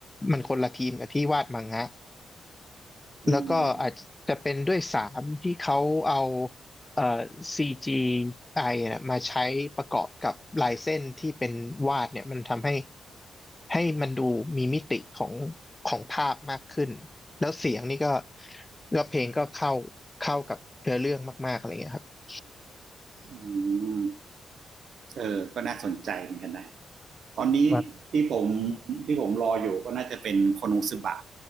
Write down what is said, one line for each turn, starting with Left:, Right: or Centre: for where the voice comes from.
Left: มันคนละทีมกับที่วาดมังงะ
Right: อืม
Left: แล้วก็อาจจะเป็นด้วยสามที่เขาเอาเอ่อ c g อเนี่ยมาใช้ประกอบกับลายเส้นที่เป็นวาดเนี่ยมันทำให้ให้มันดูมีมิติของของภาพมากขึ้นแล้วเสียงนี่ก็ก็เพลงก็เข้าเข้ากับเนื้อเรื่องมากๆอะไรเงี้ยครับ
Right: อืมเออก็น่าสนใจเหมือนกันนะตอนนี้ที่ผม
Left: ครับ
Right: ที่ผมรออยู่ก็น่าจะเป็นโคโนซึบะ